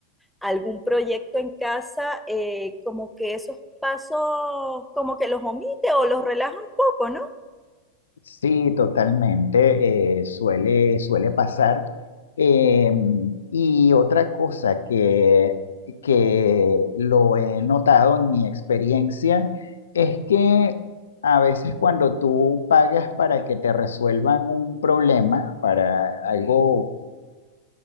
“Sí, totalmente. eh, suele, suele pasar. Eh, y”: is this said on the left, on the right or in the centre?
Left